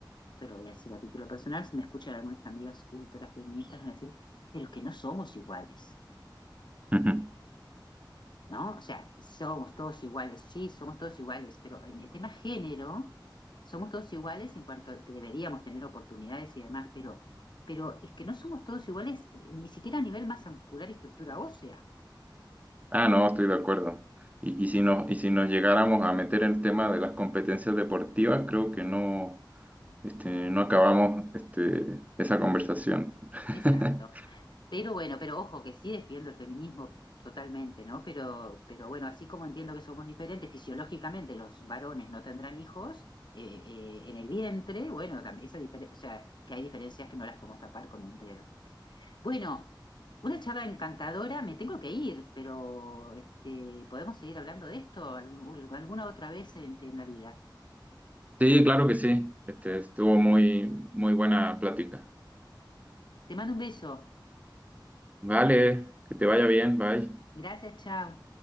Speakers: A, on the left; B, on the right.
A: esto lo voy a decir a título personal, si me escuchan algunos amigos ultrafeministas, van a decir, pero que no somos iguales.
B: Ujú.
A: ¿no? O sea, somos todos iguales, sí, somos todos iguales, pero en el tema género, somos todos iguales en cuanto a que deberíamos tener oportunidades y demás, pero, pero es que no somos todos iguales eh, ni siquiera a nivel masa muscular y estructura ósea.
B: Ah, no, estoy de acuerdo. Y, y si nos, y si nos llegáramos a meter el tema de las competencias deportivas, creo que no, este, no acabamos este, esa conversación. <laughs>
A: Exacto. Pero bueno, pero ojo que sí defiendo el feminismo totalmente, ¿no? Pero, pero bueno, así como entiendo que somos diferentes, fisiológicamente los varones no tendrán hijos. eh, eh, en el vientre, bueno, tam- esa difere- o sea, que hay diferencias que no las podemos tapar con un dedo. Bueno, una charla encantadora, me tengo que ir, pero este, podemos seguir hablando de esto algún- alguna otra vez en, en la vida.
B: Sí, claro que sí. Este, estuvo muy, muy buena plática.
A: Te mando un beso.
B: Vale, que te vaya bien, bye.
A: Gracias, chao.